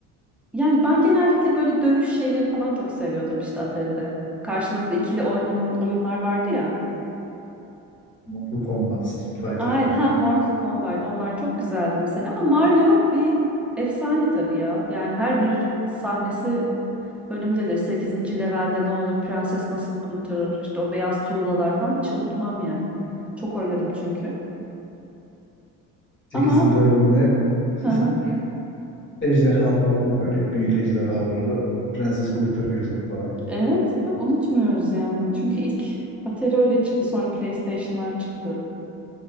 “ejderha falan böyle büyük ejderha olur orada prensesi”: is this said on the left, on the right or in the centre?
Left